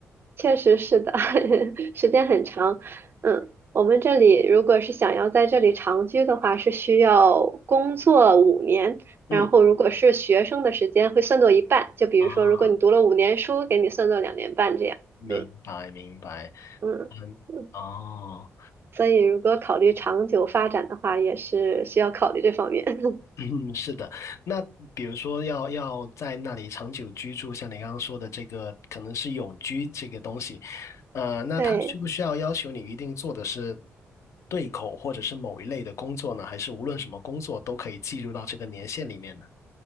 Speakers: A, on the right; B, on the left.
A: 确实是的，<laughs> 时间很长。嗯，我们这里如果是想要在这里长居的话，是需要工作五年，
B: 嗯，
A: 然后如果是学生的时间会算作一半。就比如说，
B: 啊，
A: 如果你读了五年书，给你算作两年半这样。
B: 明白明白。
A: 嗯嗯嗯，
B: 嗯，哦，
A: 所以如果考虑长久发展的话，也是需要考虑这方面。<laughs>
B: <clears throat> 嗯，是的。那比如说要要在那里长久居住，像你刚刚说的这个，可能是永居这个东西，呃，那他需不需要要求你一定做的是
A: 对。
B: 对口或者是某一类的工作呢？还是无论什么工作都可以计入到这个年限里面呢？